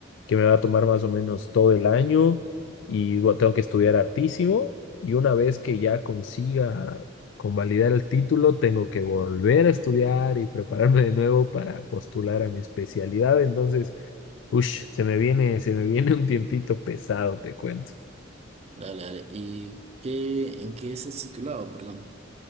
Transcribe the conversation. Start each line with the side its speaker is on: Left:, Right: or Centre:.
Left: que me va a tomar más o menos todo el año y bueno, tengo que estudiar hartísimo y una vez que ya consiga convalidar el título, tengo que volver a estudiar y prepararme de nuevo para postular a mi especialidad, entonces, ush, se me viene, se me viene un tiempito pesado, te cuento.
Right: Dale, dale. ¿Y qué, en qué estás titulado? Perdón.